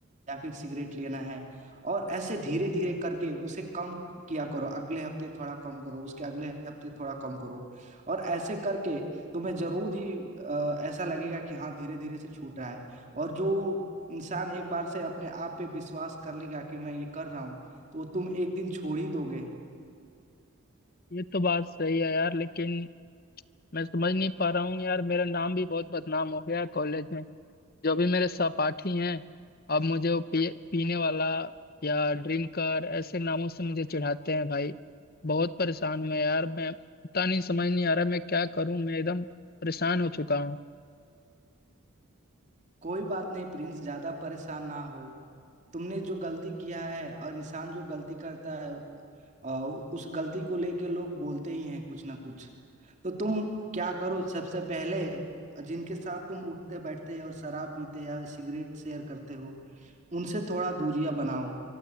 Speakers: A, on the right (about 35°); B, on the left (about 45°).
A: या फिर सिगरेट लेना है और ऐसे धीरे धीरे करके उसे कम किया करो अगले हफ्ते थोड़ा कम करो उसके अगले हफ्ते थोड़ा कम करो और ऐसे करके तुम्हें जरूर ही अ, ऐसा लगेगा कि हाँ धीरे धीरे से छूट रहा है और जो इंसान एक बार से अपने आप पे विश्वास कर लेगा कि मैं ये कर रहा हूँ तो तुम एक दिन छोड़ ही दोगे
B: ये तो बात सही है यार लेकिन मैं समझ नहीं पा रहा हूँ यार मेरा नाम भी बहुत बदनाम हो गया है कॉलेज में जो भी मेरे सहपाठी हैं अब मुझे वो पी, पीने वाला या ड्रिंकर ऐसे नामों से मुझे चिढ़ाते हैं भाई बहुत परेशान हूँ यार मैं पता नहीं समझ नहीं आ रहा मैं क्या करूँ मैं एकदम परेशान हो चुका हूँ
A: कोई बात नहीं प्रिंस ज्यादा परेशान ना हो तुमने जो गलती किया है और इंसान जो गलती करता है आ, उस गलती को लेके लोग बोलते ही हैं कुछ ना कुछ तो तुम क्या करो सबसे पहले जिनके साथ तुम उठते बैठते और शराब पीते या सिगरेट शेयर करते हो उनसे थोड़ा दूरियां बनाओ